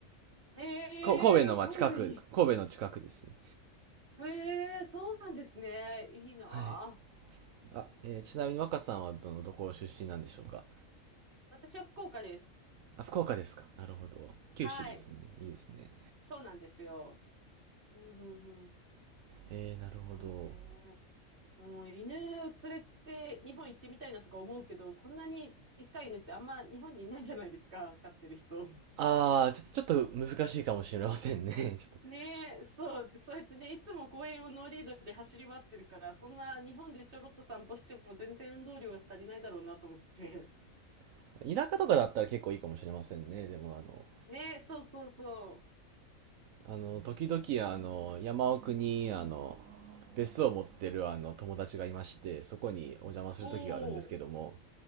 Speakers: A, on the right; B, on the right.
A: ええー、
B: こ、神戸のまあ近く、
A: 神戸に。
B: 神戸の近くですね。
A: ええー、そうなんですね。いいなぁ。
B: はい。あ、えー、ちなみに若さんはどの、どこ出身なんでしょうか
A: 私は福岡です。
B: あ、福岡ですか。なるほど。九州ですね。
A: はい。
B: いいですね。
A: そうなんですよ。うんうんうん。
B: えー、なるほど。
A: だからね、うん、犬を連れて日本行ってみたいなとか思うけど、こんなにでっかい犬ってあんま日本にいないじゃないですか、飼ってる人。
B: ああ、ちょっと、ちょっと難しいかもしれませんね。<laughs> ち
A: ねえ、そう、そうやってね、いつも公園をノーリードで走り回ってるから、そんな日本でちょろっと散歩しても全然運動量が足りないだろうなと思って。
B: ょっと、田舎とかだったら結構いいかもしれませんね。でもあの、
A: ねえ、そうそうそ
B: あの、時々あの、山奥にあの、別荘を持ってるあの、友達がいまして、そこにお邪魔する時があるんですけども、
A: う。おお、